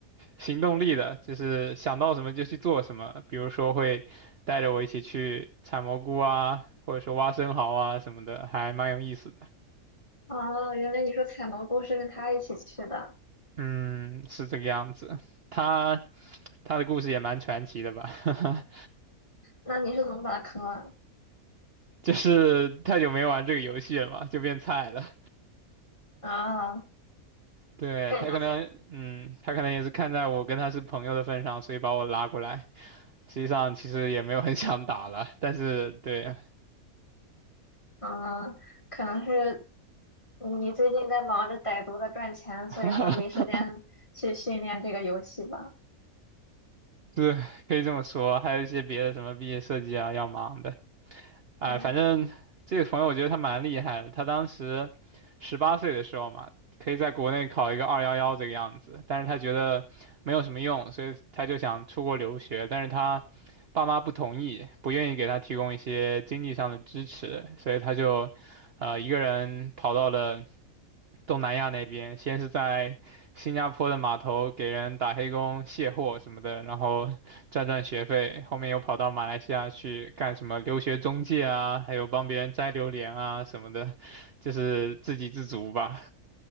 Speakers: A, on the right; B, on the left.
A: 行动力的，就是想到什么就去做什么。比如说会带着我一起去采蘑菇啊，或者说挖生蚝啊什么的，还蛮有意思的。
B: 哦，原来你说采蘑菇是跟他一起去的，
A: 嗯，是这个样子。他他的故事也蛮传奇的吧，<laughs>
B: 那你是怎么把他坑了？
A: 就是太久没玩这个游戏了嘛，就变菜了。
B: 啊，
A: 对，
B: 可以理解。
A: 他可能，嗯，他可能也是看在我跟他是朋友的份上，所以把我拉过来。实际上其实也没有很想打了，但是对，
B: 嗯，可能是你最近在忙着歹毒的赚钱，所以说没时间去训练这个游戏吧？
A: <laughs> 对，可以这么说，还有一些别的什么毕业设计啊要忙的，哎，
B: 哎，
A: 反正这个朋友我觉得他蛮厉害的，他当时十八岁的时候嘛，可以在国内考一个二幺幺这个样子，但是他觉得没有什么用，所以他就想出国留学，但是他爸妈不同意，不愿意给他提供一些经济上的支持，所以他就呃一个人跑到了东南亚那边，先是在新加坡的码头给人打黑工、卸货什么的，然后。赚赚学费，后面又跑到马来西亚去干什么留学中介啊，还有帮别人摘榴莲啊什么的，<laughs> 就是自给自足吧。